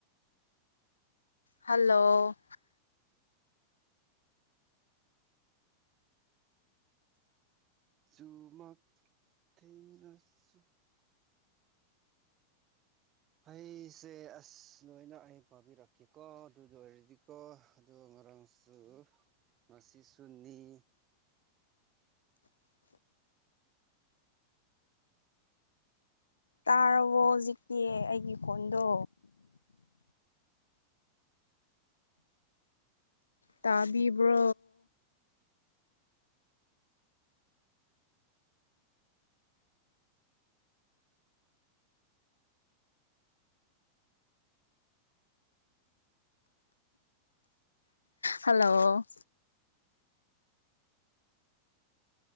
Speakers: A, on the left; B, on the right.
A: ꯍꯜꯂꯣ
B: ꯨꯃꯛ ꯊꯦꯡꯅꯁꯨ ꯑꯩꯁꯦ ꯑꯁ ꯂꯣꯏꯅ ꯑꯩ ꯄꯥꯕꯤꯔꯛꯀꯦꯀꯣ ꯑꯗꯨꯗ ꯑꯣꯏꯔꯗꯤꯀꯣ ꯑꯣ ꯃꯔꯣꯔꯪꯁꯨ ꯉꯁꯤ ꯁꯅꯤ
A: ꯇꯥꯔꯕꯣ ꯍꯧꯖꯤꯛꯇꯤ ꯑꯩꯒꯤ ꯀꯣꯟꯗꯣ ꯇꯥꯕꯤꯕ꯭ꯔꯣ ꯍꯜꯂꯣ